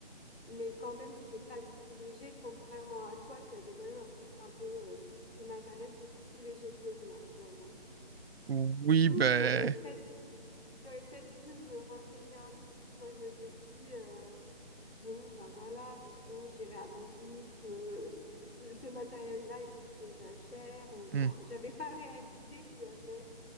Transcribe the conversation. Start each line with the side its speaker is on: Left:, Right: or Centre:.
Left: mais quand même, c'était pas du tout léger, contrairement à toi qui avait quand même un peu, un peu euh, du matériel beaucoup plus léger que le mien finalement.
Right: oui,
Left: Du coup,
Right: ben.
Left: j'aurais peut-être, j'aurais peut-être dû me renseigner un peu plus. Moi, je m'étais dit. euh, Bon, bah voilà, de toute façon, j'irai à mon rythme. euh, Ce, ce matériel-là, il coûte déjà cher. euh,
Right: hmm.
Left: Enfin, j'avais pas réalisé qu'il y avait